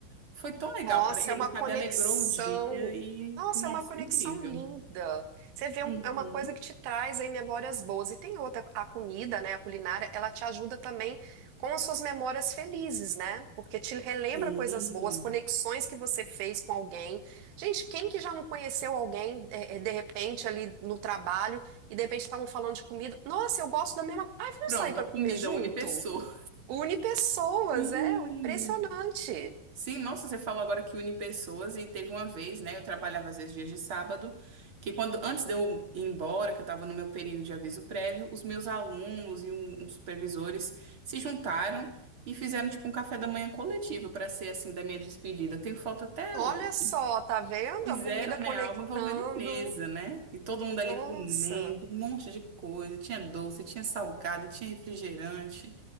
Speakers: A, on the right; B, on the right.
A: foi tão legal
B: Nossa,
A: para eles,
B: é uma conexão.
A: sabe? Alegrou o dia e
B: Nossa,
A: nossa,
B: é uma conexão
A: incrível.
B: linda. Você vê,
A: Uhum.
B: um- é uma coisa que te traz aí memórias boas. E tem outra, a comida, né, a culinária, ela te ajuda também com as suas memórias felizes, né? Porque te relembra
A: Sim.
B: coisas boas, conexões que você fez com alguém. Gente, quem que já não conheceu alguém, é, é, de repente, ali no trabalho, e de repente estavam falando de comida? Nossa, eu gosto da mesma. Ai, vamos
A: Pronto,
B: sair para
A: a comida
B: comer junto?
A: une pessoa.
B: Une pessoas,
A: Sim.
B: é, impressionante.
A: Sim, nossa, você falou agora que une pessoas e teve uma vez, né? Eu trabalhava às vezes dias de sábado, que quando antes de eu ir embora, que eu estava no meu período de aviso prévio, os meus alunos e um- uns supervisores se juntaram e fizeram tipo um café da manhã coletivo para ser assim da minha despedida. Eu tenho foto até
B: Olha
A: hoje.
B: só, tá vendo?
A: Fizeram,
B: A comida conectando.
A: né, algo envolvendo mesa, né? E todo mundo
B: Nossa,
A: ali comendo, um monte de coisa. Tinha doce, tinha salgado, tinha refrigerante